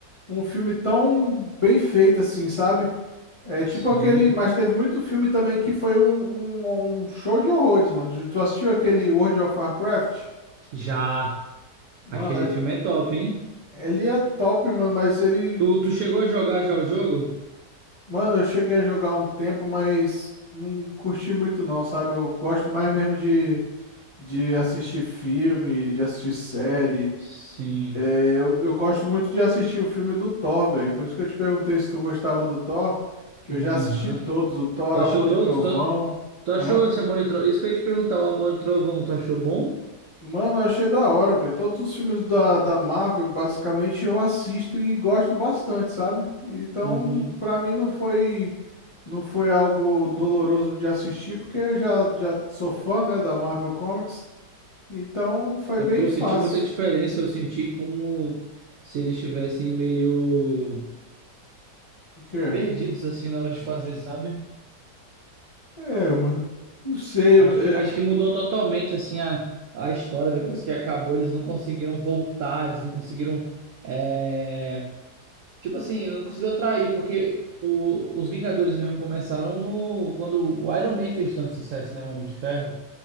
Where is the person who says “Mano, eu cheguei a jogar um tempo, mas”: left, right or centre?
Left